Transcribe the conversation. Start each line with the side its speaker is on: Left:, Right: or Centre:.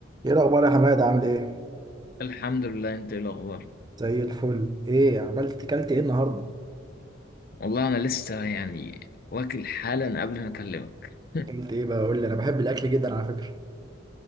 Right: ايه الاخبار يا حماد عامل ايه
Left: الحمد لله انت ايه الاخبار
Right: زي الفل ايه عملت كلت ايه النهارده
Left: والله انا لسه يعني واكل حالا قبل ما اكلمك <laughs>
Right: كلت ايه بقى قول لي انا بحب الاكل جدا على فكره